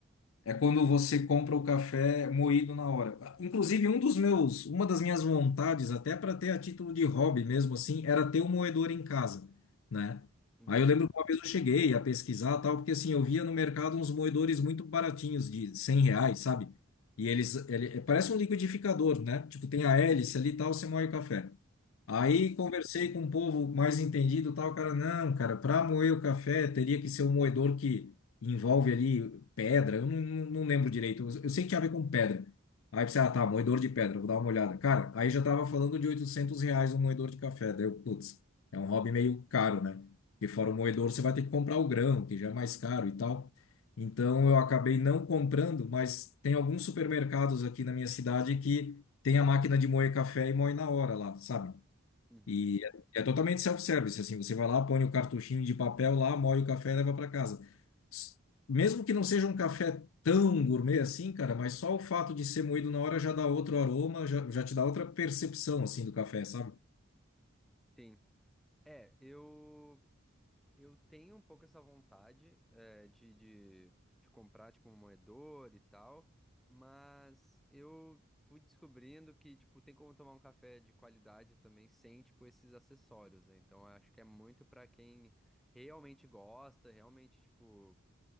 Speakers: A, on the left (about 70°); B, in the centre.
A: É quando você compra o café moído na hora. Inclusive, um dos meus, uma das minhas vontades, até para ter a título de hobby mesmo assim, era ter um moedor em casa, né?
B: Uhum,
A: Aí eu lembro que uma vez eu cheguei a pesquisar tal, porque assim, eu via no mercado uns moedores muito baratinhos, de 100 reais, sabe? E eles, ele, é, parece um liquidificador, né? Tipo, tem a hélice ali e tal, você moe o café. Aí
B: uhum,
A: conversei com um povo mais entendido, e tal, o cara, não, cara, para moer o café teria que ser um moedor que envolve ali pedra, eu não, não não lembro direito, eu eu sei que tinha a ver com pedra. Aí pensei, ah, tá, moedor de pedra, vou dar uma olhada. Cara, aí já tava falando de 800 reais um moedor de café, daí eu, putz, é um hobby meio caro, né? Porque fora o moedor você vai ter que comprar o grão, que já é mais caro e tal. Então eu acabei não comprando, mas tem alguns supermercados aqui na minha cidade que tem a máquina de moer café e moe na hora lá, sabe?
B: uhum.
A: E é é totalmente self-service, assim, você vai lá, põe o cartuchinho de papel lá, moe o café e leva para casa. S- Mesmo que não seja um café tão gourmet assim, cara, mas só o fato de ser moído na hora já dá outro aroma, já, já te dá outra percepção, assim, do café, sabe?
B: Sim. É, eu. Eu tenho um pouco essa vontade eh, de, de, de comprar, tipo, um moedor e tal, mas eu fui descobrindo que, tipo, tem como tomar um café de qualidade também sem, tipo, esses acessórios, né? Então, eu acho que é muito pra quem realmente gosta, realmente, tipo,